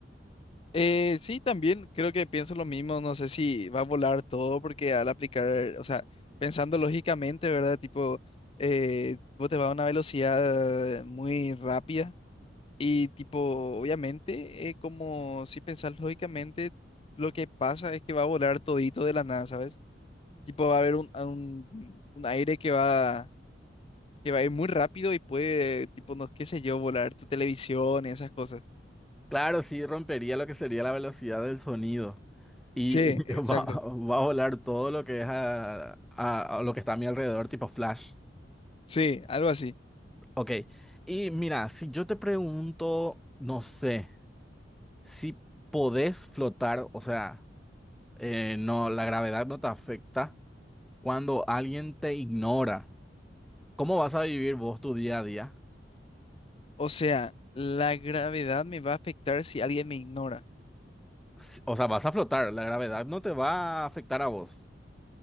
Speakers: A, on the left (about 30°); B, in the centre.
A: Eh, sí, también creo que pienso lo mismo, no sé si va a volar todo porque al aplicar, o sea, pensando lógicamente, ¿verdad? Tipo, eh, vos te vas a una velocidad muy rápida y tipo, obviamente, eh, como si pensás lógicamente, lo que pasa es que va a volar todito de la nada, ¿sabes? Tipo, va a haber un, a un, un aire que va, que va a ir muy rápido y puede, tipo, no, qué sé yo, volar tu televisión y esas cosas.
B: Claro, sí, rompería lo que sería la velocidad del sonido y
A: Sí,
B: <laughs>
A: exacto.
B: va, va a volar todo lo que es a, a a lo que está a mi alrededor, tipo flash.
A: Sí, algo así.
B: Ok. Y mira, si yo te pregunto, no sé. si podés flotar, o sea, eh, no, la gravedad no te afecta cuando alguien te ignora. ¿Cómo vas a vivir vos tu día a día?
A: O sea, la gravedad me va a afectar si alguien me ignora.
B: Si- O sea, vas a flotar, la gravedad no te va a afectar a vos.